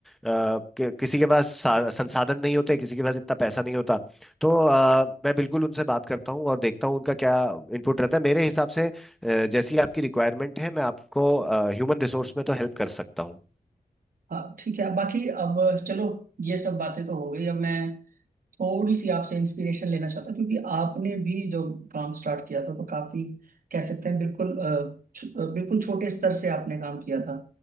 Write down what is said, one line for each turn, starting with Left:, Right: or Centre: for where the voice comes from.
Centre: अ, कि, किसी के पास सा- संसाधन नहीं होते किसी के पास इतना पैसा नहीं होता तो अ, मैं बिल्कुल उनसे बात करता हूँ और देखता हूँ उनका क्या इनपुट रहता है मेरे हिसाब से अ, जैसी आपकी रिक्वायरमेंट है मैं आपको ह्यूमन रिसोर्स में तो हेल्प कर सकता हूँ
Right: हाँ ठीक है बाकी अब चलो ये सब बातें तो हो गई अब मैं थोड़ी सी आपसे इंस्पिरेशन लेना चाहता हूँ क्योंकि आपने भी जो काम स्टार्ट किया था तो काफी कह सकते हैं बिल्कुल अ, छ- अ, बिल्कुल छोटे स्तर से आपने काम किया था